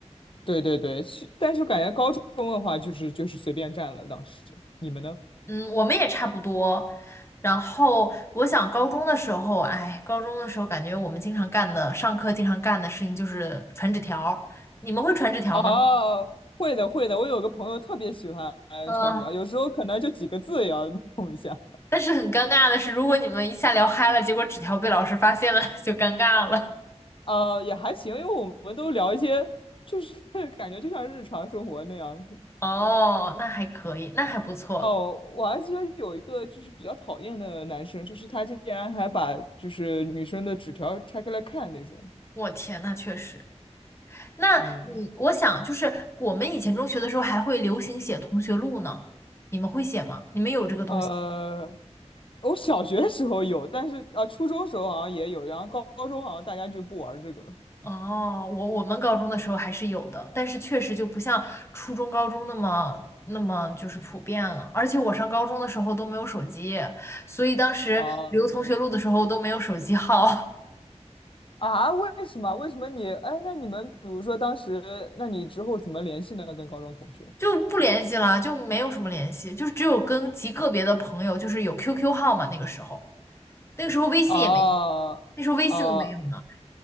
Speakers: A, on the left; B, on the left.
A: 对对对，是但是感觉高中的话就是就是随便占了。当时你们呢？
B: 嗯，我们也差不多。然后我想高中的时候，哎，高中的时候感觉我们经常干的，上课经常干的事情就是传纸条儿你们会传纸条吗？
A: 哦，会的会的，我有个朋友特别喜欢穿纸条，
B: 嗯，
A: 有时候可能就几个字也要弄一下。
B: 但是很尴尬的是，如果你们一下聊嗨了，结果纸条被老师发现了，<laughs> 就尴尬了。
A: 呃，也还行，因为我们都聊一些，就是 <laughs> 感觉就像日常生活那样。
B: 哦，那还可以，那还不错。
A: 哦，我还记得有一个就是比较讨厌的男生，就是他竟然还把就是女生的纸条拆开来看那种。
B: 我天，那确实。那你，
A: 嗯，
B: 我想就是我们以前中学的时候还会流行写同学录呢，你们会写吗？你们有这个东西？
A: 呃，我小学的时候有，但是啊，初中时候好像也有，然后高高中好像大家就不玩这个了。
B: 哦，我我们高中的时候还是有的，但是确实就不像初中、高中那么那么就是普遍了。而且我上高中的时候都没有手机，所以当时留同学录的时候都没有手机号，
A: 啊啊，为什么？为什么你？哎，那你们比如说当时，那你之后怎么联系呢？跟高中同学？
B: <laughs> 就不联系了，就没有什么联系，就是只有跟极个别的朋友，就是有 QQ 号嘛。那个时候，那个时候微信也没有，
A: 啊啊。
B: 那时候微信都没有呢。
A: 哦